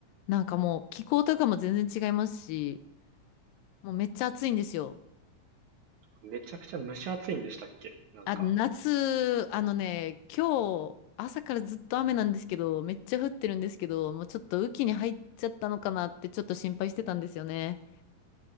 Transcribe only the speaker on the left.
なんかもう、気候とかも全然違いますし、もうめっちゃ暑いんですよ。
あ、夏、あのね、今日、朝からずっと雨なんですけど、めっちゃ降ってるんですけど、もうちょっと雨季に入っちゃったのかなってちょっと心配してたんですよね。